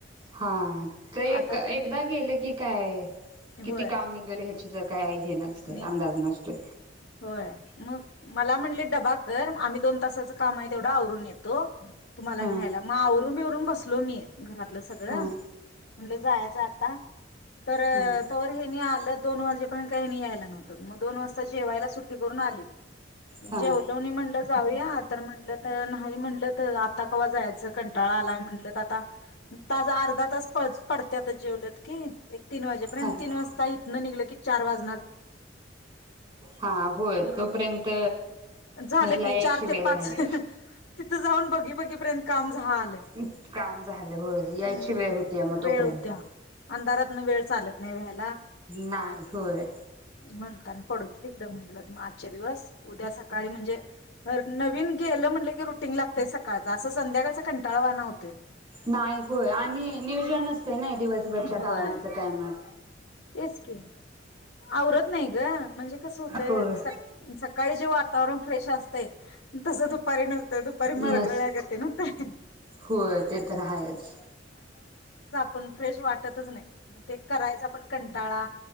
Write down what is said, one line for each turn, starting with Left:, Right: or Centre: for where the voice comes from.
Right: हा ते एक
Left: आता
Right: एकदा गेले की काय किती
Left: होय
Right: काम निघल ह्याच्या ज काय? हे नसतंय
Left: नेम
Right: अंदाज
Left: नाही
Right: नसतोय
Left: होय मग मला म्हणले डबा कर आम्ही दोन तासाच काम आहे तेवढा आवरून येतो तुम्हाला
Right: हा
Left: न्यायला करून बसलो मी घरातलं सगळं
Right: हा
Left: म्हणलं जायचा आता तर
Right: हा
Left: तवर हे नि आलं त दोन वाजे पर्यंत त्यांनी यायला नव्हतं मग दोन वाजता जेवायला सुट्टी करून आलेत
Right: हा
Left: जेवलो नी म्हणलं जाऊया? तर म्हटलं तर नाही म्हटलं तर आता कव्हा जायचं? कंटाळा आलाय म्हटलं तर आता तास अर्धा तास प पडत्यात जेवलत की? एक तीन वाजेपर्यंत
Right: हा
Left: तीन वाजता इथनं निघलं की चार वाज
Right: हा होय
Left: मग
Right: तोपर्यंत
Left: झालं
Right: घरला
Left: की
Right: यायची
Left: चार
Right: वेळ
Left: ते पाच
Right: झाली
Left: ह हा तिथं जाऊन बघी बाघेपर्यंत काम झालं.
Right: आम् काम झालं, होय यायची
Left: अम्
Right: वेळ होतीया मग तोपर्यंत
Left: वेळ होत्या अंधारातन वेळ चालत नाही
Right: नाही होय
Left: म्हणता पडूदे तिकडं म्हणलं मग आजच्या दिवस उद्या सकाळी म्हणजे नवीन गेलं म्हणलं की रुटीन लागतंय सकाळचा असं संध्याकाळचा कंटाळा वाना होत
Right: नाही होय आणि नियोजन असते नाय दिवस घरच्या
Left: होय.
Right: कामाचं काय मग?
Left: तेच की आवरत नाही ग म्हणजे? कस होतय
Right: होय
Left: सकाळी जे वातावरण फ्रेश असतय तसं दुपारी नसतं दुपारी
Right: नस
Left: मरगळल्या गतीन व्हतं ह हा
Right: होय ते तर हायच
Left: पण फ्रेश वाट वाटतच नाही म ते करायचा पण कंटाळा